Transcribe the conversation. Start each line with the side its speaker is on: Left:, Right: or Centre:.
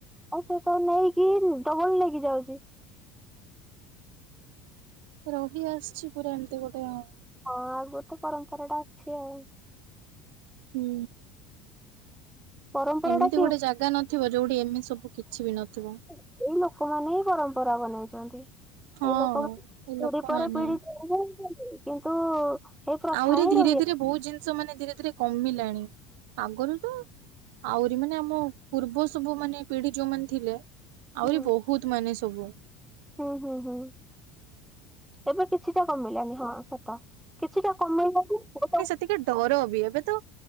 Centre: ଆଉ ସେ ତ ନେଇକି, ଡବଲ୍ ନେଇକି ଯାଉଛି।
Right: ରହି ଆସ୍ଛି ପୁରା, ଏମତି ଗୋଟେ ଆଉ।
Centre: ହଁ ଆଗରୁ ତ, ପରମ୍ପରା ଟା ଅଛି ଆଉ।
Right: ହୁଁ।
Centre: ପରମ୍ପରା
Right: ଏମିତି
Centre: ଟା କିଏ
Right: ଗୋଟେ ଜାଗା ନଥିବ, ଯୋଉଠି ଏମିତି ସବୁ କିଛି ବି ନଥିବ।
Centre: ଏଇ ଲୋକମାନେ ହିଁ, ପରମ୍ପରା ବନେଇଛନ୍ତି।
Right: ହଁ
Centre: ଏଇ ଲୋକମାନେ
Right: ଏ ଲୋକମାନେ
Centre: ପିଢ଼ି ପରେ ପିଢ଼ି ଚାଲୁଛନ୍ତି କିନ୍ତୁ <unintelligible>
Right: ଆହୁରି
Centre: ହିଁ
Right: ଧୀରେ
Centre: ରହି
Right: ଧୀରେ ବହୁତ୍ ଜିନ୍ଷ ମାନେ, ଧୀରେ ଧୀରେ କମିଲାଣି। ଆଗରୁ ତ ଆଉରି ମାନେ ଆମ ପୂର୍ବ, ସବୁ ମାନେ ପିଢି ଯୋଉମାନେ ଥିଲେ। ଆହୁରି
Centre: ହୁଁ
Right: ବହୁତ୍ ମାନେ ସବୁ।
Centre: ହୁଁ ହୁଁ ହୁଁ, ଏବେ କିଛିଟା କମିଲାନି। ହଁ ସତ। କିଛିଟା କମେଇବା କୁ <unintelligible>
Right: ଟିକେ ଡର ବି, ଏବେ ତ